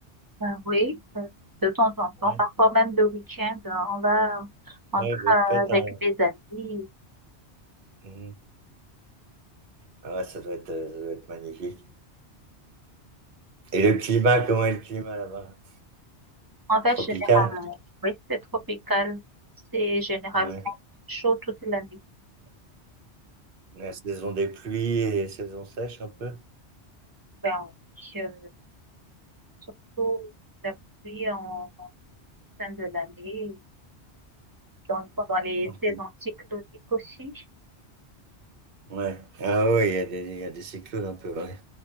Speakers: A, on the right; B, on the right.
A: Ben oui, euh, de temps en temps,
B: Ouais.
A: parfois même le week-end, euh, on va entre
B: Ouais, vous
A: avec
B: le faites en,
A: des amis
B: Mhm. Ah ouais, ça doit être, euh, ça doit être magnifique. Et le climat, comment est le climat là-bas?
A: En fait,
B: Tropical?
A: généralement, oui, c'est tropical. C'est généralement
B: Ouais.
A: chaud toute l'année.
B: La saison des pluies et saison sèche un peu?
A: Ben, oui, euh, surtout la pluie en, en fin de l'année, dans, pendant les
B: Ok.
A: saisons cycloniques aussi.
B: Ouais. Ah oui, il y a des, il y a des cyclones un peu, ouais.